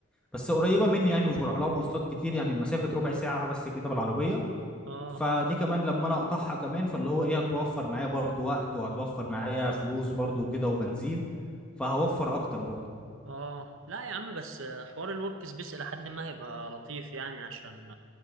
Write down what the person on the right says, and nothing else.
اه
اه لا يا عم بس حوار الورك سبيس الى حد ما هيبقى لطيف يعني عشان